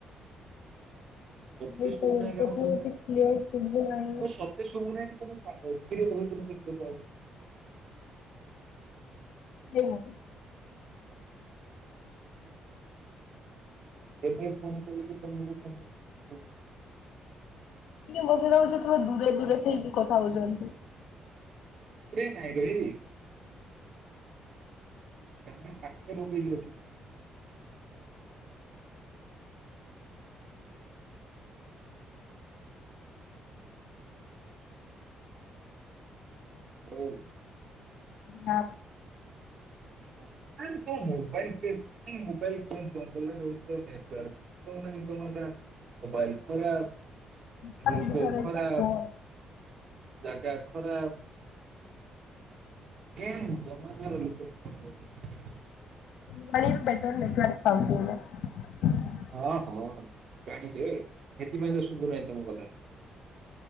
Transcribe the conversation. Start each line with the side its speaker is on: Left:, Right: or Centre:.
Right: ତୋତେ
Left: ଯେ
Right: ଶୁଭୁନାଇ
Left: ତୋ କଥା
Right: କାଣ କେମତି,
Left: ଏତେ କ୍ଲିୟର ଶୁଭୁ ନାହିଁ।
Right: ହଁ ସତେ ଶୁଭୁ ନାଇ କି ତୋମେ କଣ କଉ ସେ ଯୋଉ କହୁଥିନିକି <unintelligible>
Left: <unintelligible>
Right: <unintelligible>
Left: ମୋତେ ଲାଗୁଚୁ ତୁମେ ଦୂରେ ଦୂରେ ହେଇକି କଥା ହଉଚନ୍ତି।
Right: କାଇଁ କହିବି। କାନ୍ହ ପାଖରେ <unintelligible> ରଖିଚି। <unintelligible>
Left: ନା
Right: <unintelligible> ତ ମୋବାଇଲ୍ କେନ୍ <unintelligible> ପ୍ରବ୍ଲେମ୍ ରହୁଚି ତ ନେଟୱାର୍ <unintelligible> ତୋମ ଟା ମୋବାଇଲ୍ ଖରାପ।
Left: ତାଙ୍କ
Right: ଲୋକ
Left: ବିଷୟରେ
Right: ଖରାପ,
Left: କୁହ।
Right: ଜାଗା ଖରାପ। କେମ <unintelligible> ଲୋକ <unintelligible>
Left: <unintelligible> ବେଟର୍ ନେଟୱାର୍କ ପାଉଚି ନା।
Right: ହଁ, ହଁ, ଜାଣିଛି ଏ ସେଥିପାଇଁ ତ ଶୁଭୁ ନାହିଁ ତୋମ କଥା।